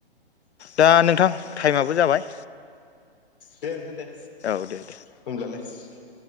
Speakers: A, on the left; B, on the left.
A: दा नोंथां थाइमाबो जाबाय।
B: दे नोंथां दे
A: औ दे दे
B: होमब्लालाय।